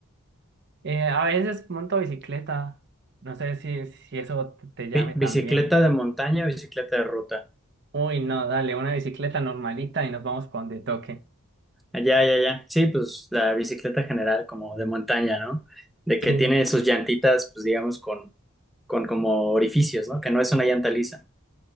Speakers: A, on the right (about 55°); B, in the centre.
A: eh, a veces monto bicicleta. No sé si, si eso te te llame
B: Bi-
A: también.
B: bicicleta de montaña, o bicicleta de ruta.
A: Uy, no, dale, una bicicleta normalita y nos vamos para donde toque.
B: Allá, ya, ya. Sí, pues la bicicleta general como de montaña, ¿no? De que
A: Sí.
B: tiene sus llantitas, pues digamos, con, con como orificios, ¿no? Que no es una llanta lisa.